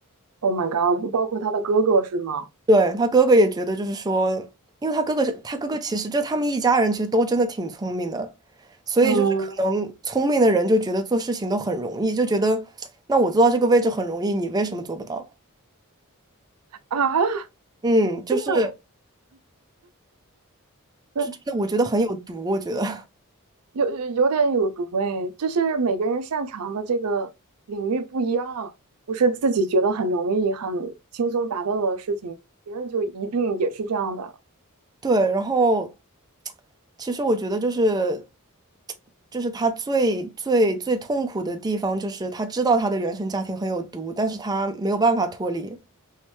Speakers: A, on the right; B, on the right.
A: Oh my god！包括他的哥哥是吗？
B: 对，他哥哥也觉得，就是说，因为他哥哥是他哥哥，其实就他们一家人其实都真的挺聪明的，所以就是可能聪明的人就觉得做事情都很容易，
A: 嗯
B: 就觉得那我做到这个位置很容易，你为什么做不到？
A: 啊，
B: 嗯，就是
A: 这
B: 这真的我觉得很有毒，
A: 这
B: 我觉得
A: 有有有点有毒哎，就是每个人擅长的这个领域不一样，不是自己觉得很容易、很轻松达到的事情，别人就一定也是这样的。
B: <laughs> 对。然后其实我觉得就是就是他最最最痛苦的地方，就是他知道他的原生家庭很有毒，但是他没有办法脱离。